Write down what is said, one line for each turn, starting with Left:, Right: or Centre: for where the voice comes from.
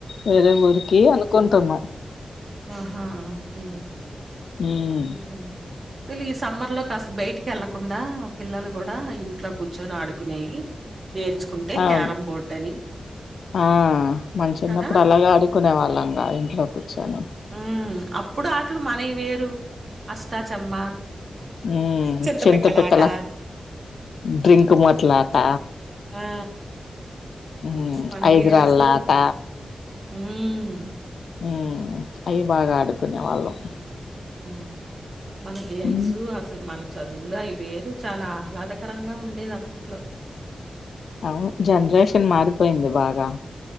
Left: వేరే ఊరికి అనుకుంటున్నాం
Right: అహా ఓకే
Left: ఉమ్
Right: అంతే తెలి ఈ సమ్మర్ లో కాస్త బయటికి వెళ్ళకుండా పిల్లలు కూడా ఇంట్లో కూర్చొని ఆడుకునేయి నేర్చుకుంటే
Left: అవును
Right: క్యారం బోర్డు అని
Left: ఆ మన చిన్నప్పుడు
Right: కదా
Left: అలాగే ఆడుకునే వా లంగా ఇంట్లో కుచ్చోని.
Right: మ్. అప్పుడు ఆట్లు మనయ్ వేరు అష్టాచమ్మ
Left: ఉమ్
Right: చింతపిక్కలాట
Left: చింత పిక్కల డ్రింక్ మూతలాట
Right: ఆ
Left: ఉమ్
Right: మన
Left: ఐదురాళ్ళ
Right: గేమ్సు
Left: ఆట
Right: మ్.
Left: ఊమ్. అయ్యి బాగాడుకునే వాళ్ళం.
Right: మ్. మన గేమ్సు
Left: ఉమ్
Right: అసల్ మన చదువులు అయ్ వేరు చాలా ఆహ్లాదకరంగా ఉండేదప్పట్లో.
Left: ఔను జన్రేషన్ మారిపోయింది బాగా.